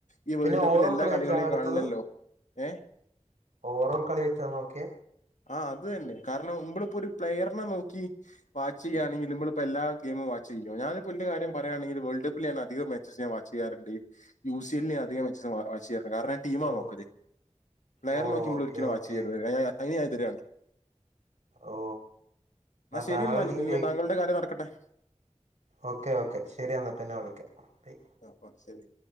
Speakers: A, on the left (about 80°); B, on the right (about 80°).
A: ഈ
B: പിന്നെ
A: വേൾഡ് കപ്പിൽ
B: ഓവറോൾ
A: എല്ലാ
B: കളി
A: കളികളെയും
B: വെച്ചാണ് എടുത്തത്
A: കാണില്ലല്ലോ ഏഹ്
B: ഓവറോൾ കളി വെച്ചാ നോക്കിയേ
A: ആഹ് അത് തന്നെ കാരണം മ്പളിപ്പോ ഒരു പ്ലെയറിനെ നോക്കി വാച്ചിയാണെങ്കിൽ നുമ്മൾ എല്ലാ ഗൈമും വാച്ചി ചെയ്യ ഞാനിപ്പ എന്റെ കാര്യ പറയാണെങ്കിൽ വേൾഡ് കപ്പിൽ ഞാൻ അധികം മാച്ചസ് ഞാൻ വാച്ച് ചെയ്യാറുണ്ട് യു സിഎലിനെ അധികം വെ വച്ചേർന്ന് കാരണം. ടീം
B: ഓ
A: നോക്കല്‌ പ്ലെയർ
B: ഓ
A: നോക്കി നുമ്മള്
B: ഓക്കെ
A: ഒരിക്കലും വാച്ച്
B: ഓക്കെ
A: ചെയ്യരുത് അതിന് ഞാൻ എതിരാണ്
B: ഓ
A: എന്നാ ശരി
B: താങ്കളുടെ
A: എന്നാൽ
B: ടീം
A: പിന്നെ
B: ജയി
A: താങ്കളുടെ കാര്യം നടക്കട്ടെ
B: ഓക്കെ ഓക്കെ ശരി എന്നാൽ പിന്നെ വിളിക്കാം ബൈ
A: ആഹ് അപ്പോ ശരി